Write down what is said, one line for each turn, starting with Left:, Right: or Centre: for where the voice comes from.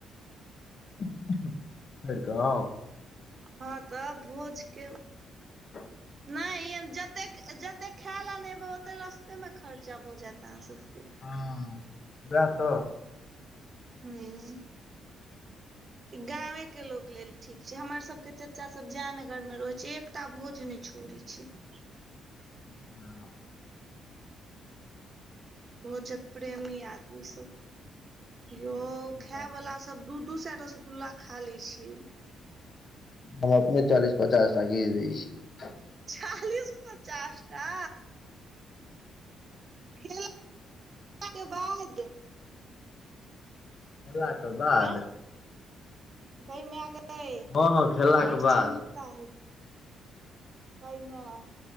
Left: छोड़ि क आऊ
Right: हँ तऽ भोज के
Left: <inaudible>
Right: नहि ये जतेक जते खै लेल नै एब ओते रस्ते में खर्चा भऽ जेत अहाँ सबके
Left: हँ व‌एह तऽ
Right: हूं ई गांवे के लोक लेल ठीक छै, हमर सब के चाचा सब जयनगर में रहै छैय एकटा भोज नैय छोड़ै छै। छियै।
Left: ठीक न
Right: भोजक प्रेमी आदमी सब। यौ खाय
Left: बात
Right: वला
Left: नहि
Right: सब दू-दू स‌ए रसगुल्ला खा ल‌ए छैय।
Left: हम अपने चालीस पचासटा घिच दैय छियै।
Right: चालीस-पचास टा। खेलाइ पिलाके बाद
Left: खेला के बाद
Right: आ गै माय गै
Left: हँ हँ खेललाके
Right: बड्ड
Left: बाद
Right: क्षमता अइ गै माय